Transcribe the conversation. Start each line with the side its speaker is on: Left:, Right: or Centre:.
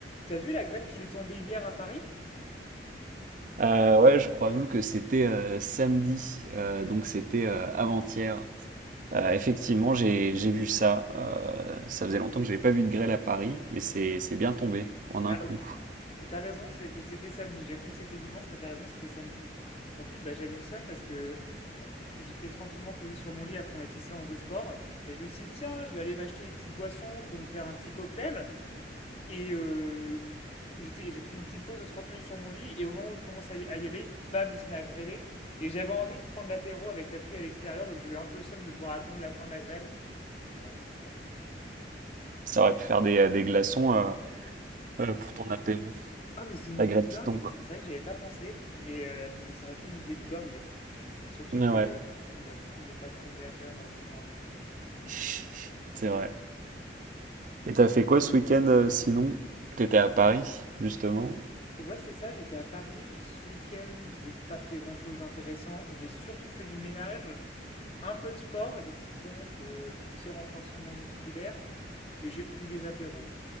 Left: T'as vu la grêle qu'il est tombée hier à Paris?
Right: Euh, ouais, je crois même que c'était euh, samedi, euh, donc c'était euh, avant-hier. Euh, effectivement, j'ai j'ai vu ça. Euh, ça faisait longtemps que j'avais pas vu de grêle à Paris, mais c'est c'est bien tombé en un
Left: Ah
Right: coup.
Left: oui, t'as raison, c'était c'était samedi. J'ai cru que c'était dimanche, mais t'as raison, c'était samedi. En plus, bah, j'avais eu le seum parce que euh, j'étais tranquillement posé sur mon lit après ma petite séance de sport et je me suis dit, tiens, je vais aller m'acheter des petites boissons pour me faire un petit cocktail. Et euh, j'étais, j'ai fait une petite pause de 30 minutes sur mon lit et au moment où je commence à y, à y aller, bam, il se met à grêler. Et j'avais envie de prendre l'apéro avec la pluie à l'extérieur, donc j'ai eu un peu le seum de devoir attendre la fin de la grêle. Bref, voilà.
Right: Ça aurait pu faire des, euh, des glaçons euh, euh, pour ton apéro.
Left: Ah, mais c'est une
Right: La
Left: idée
Right: grêle
Left: de dingue!
Right: qui tombe.
Left: C'est c'est vrai que j'avais pas pensé, mais, heu, mais ça aurait été une idée de dingue. Surtout
Right: Ah
Left: que
Right: ouais,
Left: bah, surtout que j'ai pas de congélateur, heu, chez moi.
Right: <laughs> c'est vrai. Et t'as fait quoi ce week-end euh, sinon? T'étais à Paris, justement.
Left: Ouais, c'est ça, j'étais à Paris ce week-end, j'ai pas fait grand-chose d'intéressant. J'ai surtout fait du ménage, un peu de sport, des petites pompes, heu, des petits renforcements musculaires et j'ai pris des apéros,